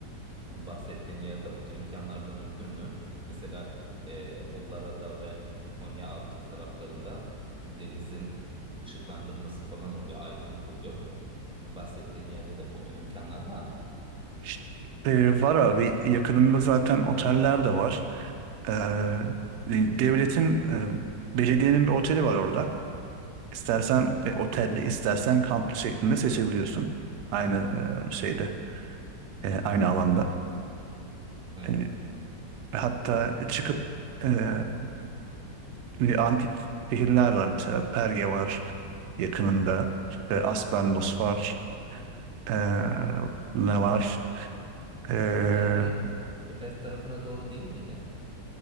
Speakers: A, in the centre; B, on the right.
A: o bahsettiğin yerde o tür imkanlar da mümkün mü? Mesela e, Ollara'da ve Konyaaltı taraflarında denizin ışıklandırması falan oluyor, aydınlık oluyor. E, bahsettiğin yerde de o tür imkanlar var mı?
B: İşte, e, var abi yakınımda zaten oteller de var. E, e, devletin, e, belediyenin bir oteli var orada. İstersen e, otelli, istersen kamplı şeklinde seçebiliyorsun. Aynı e, şeyde, e, aynı alanda.
A: Evet.
B: E, Ve Hatta e, çıkıp eee, bir antik şehirler var mesela. Perge var yakınında. İşte Aspendos var. Eee, ne var? Eee
A: Perge Kepez tarafına doğru değil miydi?